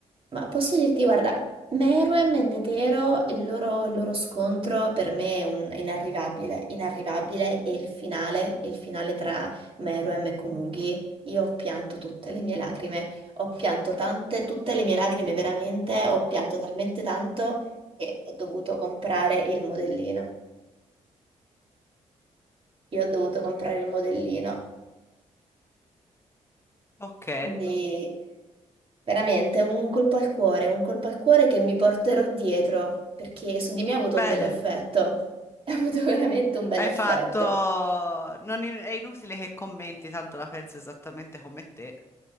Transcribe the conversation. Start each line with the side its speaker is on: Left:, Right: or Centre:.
Right: ma posso dirti, guarda, Meruem e Netero, il loro, il loro scontro per me è un- è inarrivabile, inarrivabile, e il finale, il finale tra Meruem e Komugi, io ho pianto tutte le mie lacrime, ho pianto tante, tutte le mie lacrime veramente, ho pianto talmente tanto che ho dovuto comprare il modellino. Io ho dovuto comprare il modellino, Madonna.
Left: Ok,
Right: quindi veramente un colpo al cuore, un colpo al cuore che mi porterò dietro, perché su di me ha avuto
Left: bene.
Right: un bel effetto. <laughs> Ha avuto veramente un bel
Left: Hai
Right: effetto.
Left: fatto... non in- È inutile che commenti, tanto la penso esattamente come te.